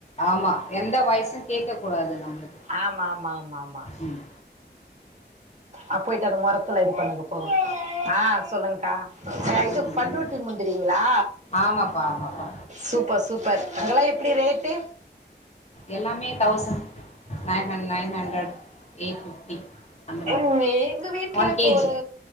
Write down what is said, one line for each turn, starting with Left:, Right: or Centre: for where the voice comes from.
Left: ஆமா எந்த வாய்ஸு கேட்க கூடாது நம்மளுக்கு
Right: ஆமா ஆமா ஆமா ஆமா
Left: ம்
Right: அப் போயிட்டு அந்த மொரத்துல இது பண்ணுங்க போங்க ஆ சொல்லுங்கக்கா அ இது
Left: ம்
Right: பண்ருட்டி
Left: என்ன?
Right: முந்திரிங்களா
Left: ஆமாப்பா ஆமாப்பா
Right: சூப்பர் சூப்பர் அதெல்லா எப்டி ரேட்டு
Left: எல்லாமே thousand nine uh nine hundred eight fifty அந்த மாதிரி
Right: ம், எங்க வீட்ல
Left: ஒன்
Right: இப்போ
Left: கேஜி
Right: ஒரு